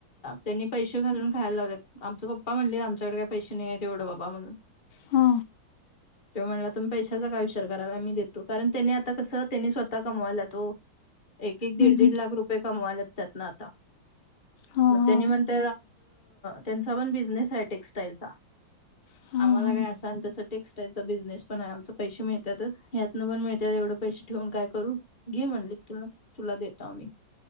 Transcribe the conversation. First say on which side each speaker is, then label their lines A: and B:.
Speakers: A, on the left; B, on the left.
A: त्यांनी पैसे घालून खायला लावलेत आमचं पप्पा म्हणले आमच्याकडे काही पैसे नाहीय आहेत तेवढं बाबा म्हणून
B: हा,
A: त्यो म्हणला तुम्ही पैसाचा का विचार करायला मी देतो. कारण त्याने आता कसं त्यानी स्वतः कमवायला. हो <inaudible> एक, एक, दीड,
B: हम्म
A: दीड,
B: हम्म.
A: लाख रुपये कमवायले त्यात न आता,
B: हा हा.
A: मग त्यांनी म्हणत त्यांचा पण बिझनेस आहे टेक्स्टाइलचा.
B: हा हा.
A: आम्हाला काय असा आणि तसं टेक्स्टाईलचा बिझनेस पण आहे आमचे, पैसे मिळतातच या्यातन पण मिळतात एवढं पैसे ठेऊून काय करू, घे म्हणले तुला तुला देतो मी